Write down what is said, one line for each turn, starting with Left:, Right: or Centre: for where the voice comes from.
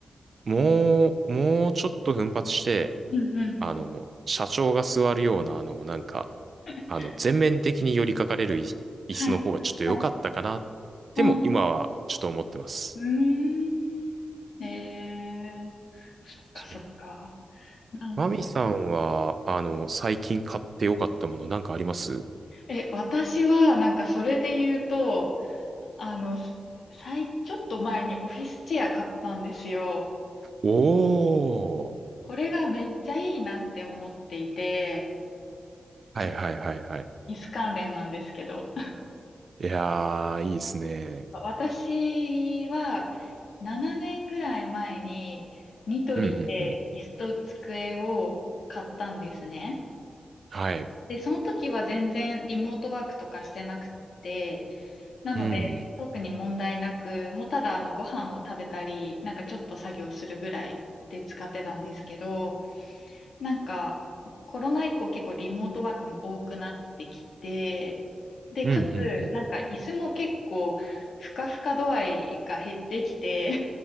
Right: もう、もうちょっと奮発して、
Left: うんうん。
Right: あの、社長が座るような、あの、なんか、
Left: <laughs>
Right: あの、全面的に寄りかかれるい椅子の方がちょっと良かったかな、
Left: はいはいはい。
Right: でも今はちょっと思ってます。
Left: ああ、うーん。えーそっかそっか。
Right: そう。
Left: なんか
Right: マミさんは、あの、最近買って良かったものなんかあります
Left: え、私はなんかそれで言うと、あの、さい、ちょっと前にオフィスチェア買ったんですよ。
Right: おー。
Left: これがめっちゃいいなって思っていて、
Right: はいはいはいはい。
Left: ちょっと椅子関連なんですけど。
Right: いやー、いいですね。
Left: 私は7年ぐらい前にニトリで椅子と机を買ったんですね。
Right: うんうんうん。はい。
Left: で、その時は全然リモートワークとかしてなくて、なので特に問題なく、
Right: うん。
Left: もうただあのご飯を食べたり、なんかちょっと作業するぐらいで使ってたんですけど、なんか、コロナ以降結構リモートワークも多くなってきて、で、
Right: うんうんうん。
Left: かつ、なんか椅子も結構、ふかふか度合いが減ってきて